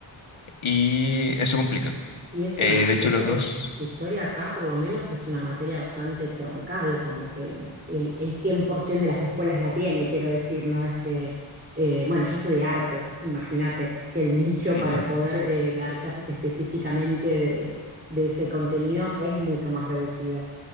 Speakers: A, on the left; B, on the right.
A: Y eso complica.
B: Y es
A: Eh,
B: una,
A: de
B: eso
A: hecho, los
B: que
A: dos.
B: es historia acá, por lo menos es una materia bastante troncal, como que el, el, el 100% de las escuelas la tiene, quiero decir, no es que, eh, bueno, yo estudié arte, imagínate, que el nicho
A: Ujú,
B: para poder eh, dar clases específicamente de, de ese contenido es mucho más reducido.